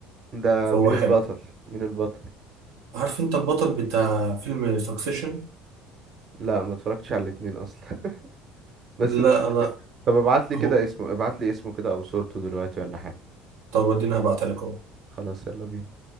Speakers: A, on the right; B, on the right.
A: ده
B: فهو
A: مين
B: حلو
A: البطل مين البطل
B: عارف انت البطل بتاع فيلم سكسيشن
A: لا ما اتفرجتش على الاتنين اصلا <laughs> بس
B: لا
A: مش مشكلة
B: انا
A: طب ابعت لي كده
B: هو
A: اسمه ابعت لي اسمه كده او صورته دلوقتي ولا حاجة
B: طب اديني هبعتلك اهو
A: خلاص يلا بينا